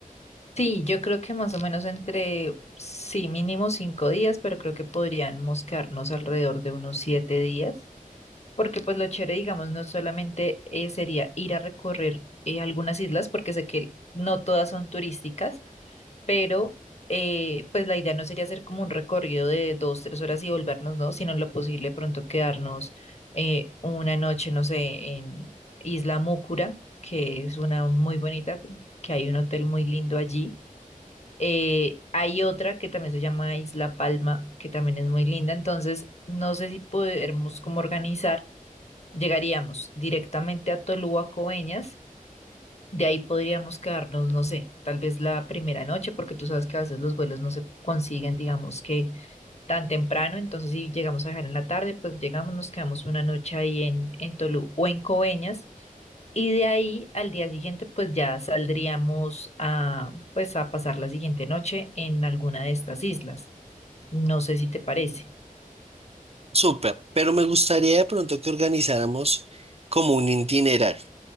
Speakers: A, on the left; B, on the right.
A: Sí, yo creo que más o menos entre, sí, mínimo cinco días, pero creo que podríamos quedarnos alrededor de unos siete días Porque pues lo chévere, digamos, no solamente eh, sería ir a recorrer eh, algunas islas, porque sé que no todas son turísticas, pero eh, pues la idea no sería hacer como un recorrido de dos, tres horas y volvernos, ¿no? Sino en lo posible pronto quedarnos eh, una noche, no sé, en Isla Múcura, que es una muy bonita, que hay un hotel muy lindo allí. Eh, hay otra que también se llama Isla Palma, que también es muy linda. Entonces, no sé si podemos como organizar Llegaríamos directamente a Tolúa, Coveñas. De ahí podríamos quedarnos, no sé, tal vez la primera noche, porque tú sabes que a veces los vuelos no se consiguen, digamos que tan temprano. Entonces, si llegamos a dejar en la tarde, pues llegamos, nos quedamos una noche ahí en, en Tolú o en Coveñas. Y de ahí al día siguiente, pues ya saldríamos a, pues, a pasar la siguiente noche en alguna de estas islas. No sé si te parece.
B: Súper, pero me gustaría de pronto que organizáramos como un itinerario.